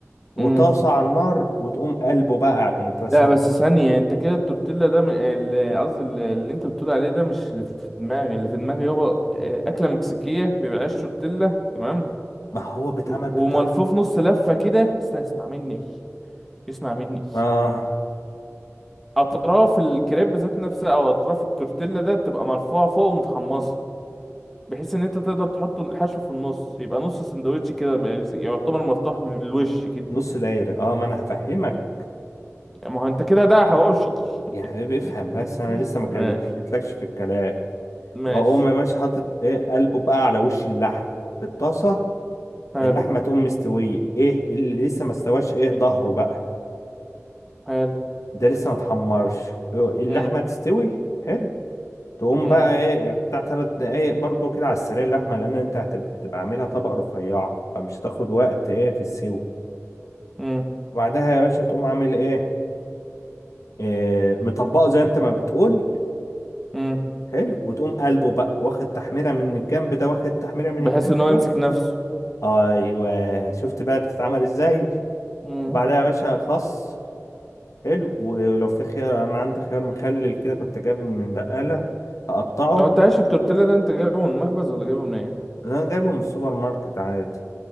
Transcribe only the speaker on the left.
وطاسة
على النار وتقوم قلبه بقى يعني أنت بس
ما هو بيتعمل
بالطريقة
آه
نص دايرة آه ما أنا هفهمك
يا حبيبي افهم
بس أنا لسه ما كل-
ما جيتلكش في الكلام
وأقوم يا باشا حاطط إيه قلبه بقى على وش اللحمة في الطاسة
اللحمة تقوم مستوية إيه اللي لسه ما استواش إيه ظهره بقى
ده لسه ما اتحمرش آه، اللحمة
تستوي حلو تقوم
بقى ايه يعني بتاع ثلاث دقايق برضو كده على السريع اللحمة لأن أنت هتبقى هتبقى عاملها طبقة رفيعة فمش هتاخد وقت ايه في السوى
وبعدها يا باشا تقوم عامل ايه, إيه مطبقه زي أنت ما بتقول
حلو وتقوم قلبه بقى واخد تحميرة من الجنب ده واخد تحميرة من
الجنب
ده
أيوه شفت بقى بتتعمل ازاي
وبعدها يا باشا خس حلو ولو في خيار أنا عندي خيار مخلل كده كنت جايبه من بقالة هقطعه
أنا جايبه من السوبر ماركت عادي